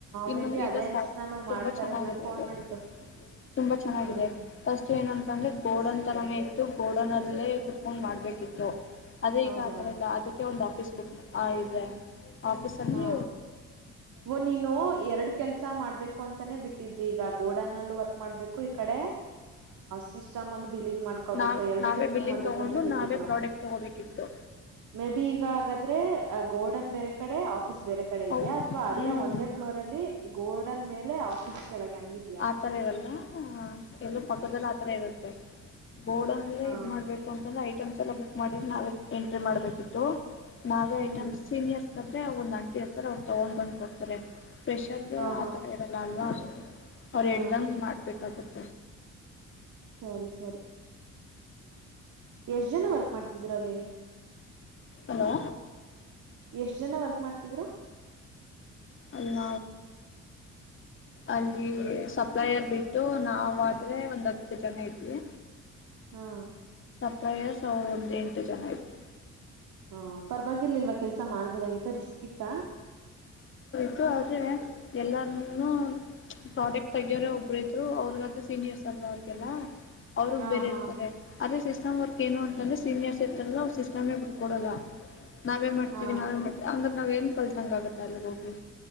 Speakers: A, on the left; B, on the right.
A: ಇನ್ನು
B: ಮೇ ಬಿ
A: ಈಗ
B: ಅದೇ ಅನ್ಸುತ್ ನಾನು
A: ತುಂಬಾ
B: ಮಾಡ್ತಾ
A: ಚೆನ್ನಾಗಿದೆ
B: ಇರೋದ್ ನಾನ್ ಫೋನ್
A: ಅದು
B: ಮಾಡಿದ್ದು
A: ತುಂಬಾ ಚೆನ್ನಾಗಿದೆ
B: ಹ್ಮ್.
A: ಫಸ್ಟ್ ಏನಂತಂದ್ರೆ ಗೋಡನ್ ರೇ ಇತ್ತು ಗೋಡನಲ್ಲೇ ಕುೂತ್ಕೊಂಡ್ ಮಾಡ್ಬೇಕಿತ್ತು ಅದೇ
B: ಹೌದಾ?
A: ಈಗ ಆಥರ ಇಲ್ಲ ಅದಕ್ಕೆ ಒಂದು ಪೇಸ್ ಬುಕ್ ಆಯ ಆಫೀಸಲ್ಲಿ
B: ಹಾ. ಓ ನೀನು ಎರಡ್ ಕೆಲ್ಸ ಮಾಡ್ಬೇಕು ಅಂತಾನೆ ಬಿಟ್ಟಿದ್ ಈಗ ಗೋಡನ್ ಅಲ್ಲೂ ವರ್ಕ್ ಮಾಡ್ಬೇಕು ಈ ಕಡೆ ಸಿಸ್ಟಮ್ ಅಲ್ಲಿ ಬಿಲಿಂಗ್ ಮಾಡ್ ಹಕೋಬೇಕ
A: ನಾವ್
B: ಎರಡು
A: ನಾವೇ
B: ಕೆಲ್ಸನ
A: ಬಿಲ್ಲಿಂಗ್
B: ಮಾಡ್ಬೇಕು
A: ತಗೊಂಡು
B: ಅಂತ ಬಿಟ್ಟಿದ್ದ್ವ
A: ನಾವೇ ಪ್ರಾಡಕ್ಟ್ ತಗೋಬೇಕಿತ್ತು
B: ಮೇ ಬಿ ಈಗ ಹಾಗಾದ್ರೆ ಗೋ ಕಡೆ ಆಫೀಸ್ ಬೇರೆ ಕಡೆ
A: ಹೌ
B: ಇದೆಯಾ ಅಥವಾ ಅಲ್ಲೇ
A: ಹ್ಮ್
B: ಒಂದೇ ಫ್ಲೋರ್ ಅಲ್ಲಿ ಗೋರ್ಡನ್ ಮೇಲೆ ಆಫೀಸ್ ಕೆಳಗೆ ಹಂಗಿದ್ಯಾ?
A: ಆತರ ಇರಲ್ಲ ಎಲ್ಲ ಪಕ್ಕದದಲ್ಲಿ ಆತರ ಇರುತ್ತೆ ಬೋರ್ಡ್ಲ್ಲಿ
B: ಹಾ.
A: ಇದದು ಮಾಡ್ಬೇಕು ಅಂತಂದ್ರೆ ಐಟಮ್ಸ್ ಎಲ್ಲ ಬುಕ್ ಮಾಡಿದ್ರೆ ನಾವ ಎಂಟ್ರಿ ಮಾಡ್ಬೇಕಿತ್ತು ನಾವೇ
B: ಹ್ಮ್.
A: ಐಟಮ್ ಸೀನಿಯರ್ಸ್ ಆದಾದ್ರೆ ಒಂದ ಅಂಟಿ ಇರ್ತಾರೆ ಅವ್ರು ತಗೊಂಡ್ ಬಂದ್ ಕೊಡ್ತಾರೆ ಫ್ರೆಷರ್ಗೆ
B: ಹಾ, ಹಾ.
A: ಆ ಥರ ಇರೋಲ್ಲ ಅಲ್ವಾ ಅವ್ರು
B: ಹಾ.
A: ಎ ಹೇಳ್ದಂಗೆ ಮಾಡ್ಬೇಕಾಗುತ್ತೆ
B: ಸರಿ ಸರಿ ಎಷ್ಟ್ ಜನ ವರ್ಕ್ ಮಾಡ್ತಿದ್ದೀರಾ ಅಲ್ಲಿ
A: ಹಲೋ
B: ಎಷ್ಟ್ ಜನ ವರ್ಕ್ ಮಾಡ್ತಿದ್ರು
A: ಅಲ್ಲ ಅಲ್ಲಿ ಸಪ್ಲೈರ್ ಬಿಟ್ಟು ನಾವ ಆದ್ರೆ ಒಂದ್ ಹತ್ತು ಜನ ಇದ್ವಿ
B: ಹಾ
A: ಪ್ರಯಸ ಅವ ಒಂದ ಎಂಟು ಜನ ಇದ್ರು
B: ಹಾ ಪರವಾಗಿರ್ಲಿಲ್ವಾ ಕೆಲ್ಸ ಮಾಡ್ಬೋದಾಗಿತ್ತ ರಿಸ್ಕ್ ಇತ್ತ
A: ರಿಸ್ಕು ಅದೇ ಎಲ್ಲಾನು ಪ್ರಾಡಕ್ಟ್ ತೆಗಿಯೋರೆ ಒಬ್ರು ಇದ್ರು ಅವ್ರಗಂತ ಸೀನಿಯರ್ಸ್ ಅಲ್ವಾ ಅವ್ರಿಗೆಲ್ಲ ಅವ್ರಗ್
B: ಹಾ,
A: ಬೇರೆ
B: ಹಾ.
A: ಇರ್ತಾರೆ ಅದೇ ಸಿಸ್ಟಮ್ ವರ್ಕ್ ಏನು ಅ ಂದೆ ಸೀನಿಯರ್ಸ್ ಸಿಸ್ಟಮ್ೇ ಬಿಟ್ಕೊಡಲ್ಲ ನಾವೇ ಮಾಡ್ತೀವಿ
B: ಹಾ
A: ನಾವೇ ಮಾಡ್ವಿ್ರ ನಾವೇನು ಕಲ್ತಂಗ ಆಗುತ್ತೆ ಅಲ್ಲಿ ಹೋಗಿ